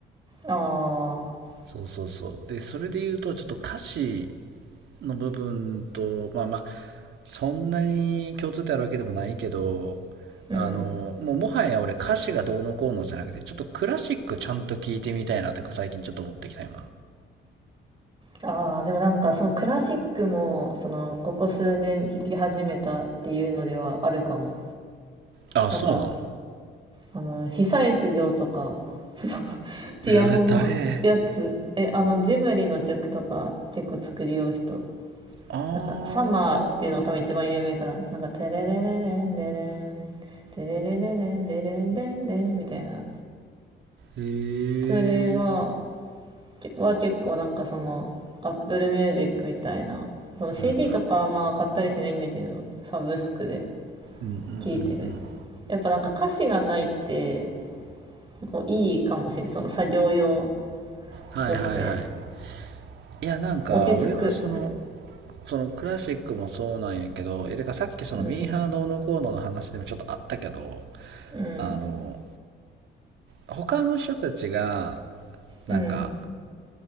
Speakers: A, on the right; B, on the right.
A: ああ
B: そうそうそうでそれで言うとちょっと歌詞の部分とまあまあそんなに共通点あるわけでもないけど
A: うん。
B: あのもうもはや俺歌詞がどうのこうのじゃなくてちょっとクラシックちゃんと聞いてみたいなって最近ちょっと思ってきたよ
A: ああ、でもなんかそのクラシックも、その、ここ数年聴き始めたっていうのではあるかも。
B: なあそうなの
A: なんか、あの、久石譲とか、<laughs> ピアノの
B: うわ誰
A: <laughs> やつ、え、あの、ジブリの曲とか結構作りよう人。
B: あー
A: なんか、サマーっていうのが多分一番有名かな。なんか、テレレレレンレレン、テレレレレンレレンレンレンみたいな。
B: へえー、
A: それが、は結構なんかその Apple Music みたいなその CD
B: うんうん
A: とかはまあ買ったりしないんだけどサブスクで
B: うんうん
A: 聴いてる
B: うんうん
A: やっぱなんか歌詞がないってこういいかもしれないその作業用
B: はいはいはい
A: として
B: いやなんか俺はその
A: 落ち着く
B: そのクラシックもそうなんやけどえてかさっきそのミーハーどうのこうのの話でもちょっとあったけど
A: うんうん
B: あの他の人たちがなんか
A: うん